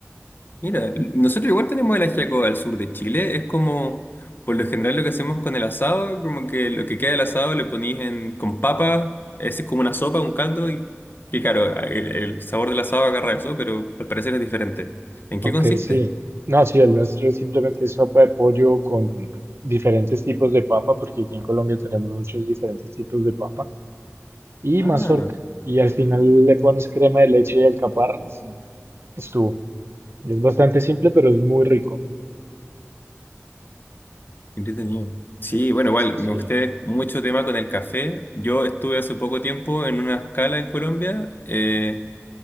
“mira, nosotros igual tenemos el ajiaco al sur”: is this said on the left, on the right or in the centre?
Left